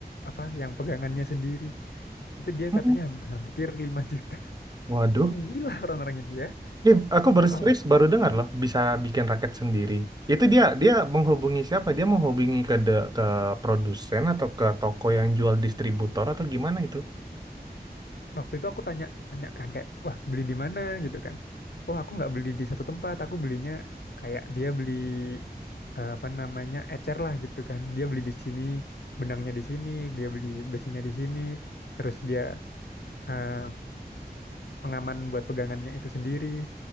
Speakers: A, on the left; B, on the right.
A: apa yang pegangannya sendiri. Itu dia
B: Hmm.
A: katanya ham- hampir 5 juta.
B: waduh
A: Oh, gila orang-orang ini ya.
B: ini aku baru
A: Wow.
B: serius baru dengar loh bisa bikin raket sendiri itu dia dia menghubungi siapa dia menghubungi ke de- ke produsen atau ke toko yang jual distributor atau gimana itu
A: waktu itu aku tanya tanyakan kayak wah beli di mana gitu kan oh aku nggak beli di satu tempat aku belinya kayak dia beli eh, apa namanya ecer lah gitu kan dia beli di sini benangnya di sini dia beli besinya di sini terus dia eh, pengaman buat pegangannya itu sendiri